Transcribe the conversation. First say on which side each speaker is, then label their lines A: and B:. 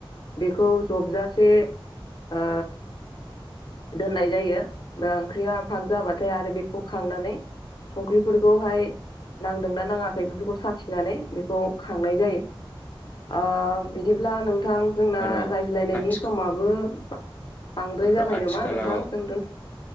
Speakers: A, on the left; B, on the left.
A: बेखौ जबजासे ओ दोननाय जायो‌ ओ ओंख्रिया फाग जाबाथाय आरो बेखौ खांनानै, संख्रिफोरखौहाय, नांदोंना नाङाखै बेफोरखौ साखिनानै बेखौ खांनाय जायो। ओ बिदिब्ला नोंथां जोंना
B: औ र'
A: रायज्लायनायनि
B: आथि
A: समाबो, बांद्राय
B: <unintelligible>
A: जाबाय
B: आथिखालाव,
A: नामा नोंथां जों दोन